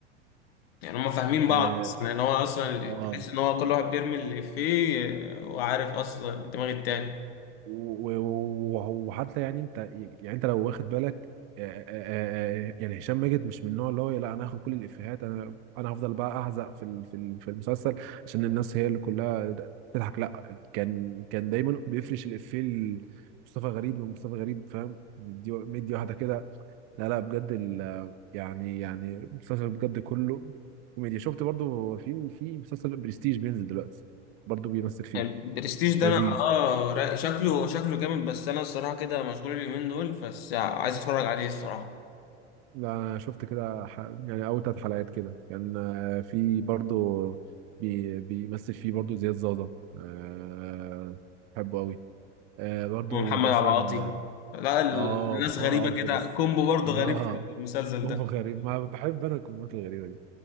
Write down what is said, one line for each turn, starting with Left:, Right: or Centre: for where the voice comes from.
Left: يعني هما فاهمين بعض
Right: اه
Left: اصلا يعني هو اصلا
Right: آه.
Left: تحس ان هو كل واحد بيرمي اللي فيه وعارف اصلا دماغ التاني
Right: و- و- وحتى يعني انت يعني انت لو واخد بالك آه، آه، آه، آه، يعني هشام ماجد مش من النوع اللي هو لا انا هاخد كل الافيهات انا انا هفضل بقى احزق في ال- في ال- في المسلسل عشان الناس هي اللي كلها تضحك لا كان كان دايما بيفرش الافيه لمصطفى غريب ومصطفى غريب فاهم مدي مدي واحده كده لا لا بجد ال- يعني يعني المسلسل بجد كله كوميديا شفت برضو في في مسلسل برستيج بينزل دلوقتي برضو بيمثل فيه
Left: يعني برستيج ده
Right: لذيذ
Left: انا اه رأي- شكله هو شكله جامد بس انا الصراحه كده مشغول اليومين دول بس عايز اتفرج عليه الصراحه
Right: لا انا شفت كده ح... يعني اول ثلاث حلقات كده كان آه، في برضو بي... بيمثل فيه برضو زياد زازا أه... بحبه قوي أه برضو
Left: ومحمد
Right: مثلا
Left: عبد العاطي لا ال-
Right: اه
Left: الناس
Right: آه،
Left: غريبه
Right: محمد عاطي
Left: كده
Right: بس
Left: كومبو برضه
Right: <laughs> اه
Left: غريب في المسلسل
Right: كومبو
Left: ده
Right: غريب ما بحب انا الكومبوات الغريبه دي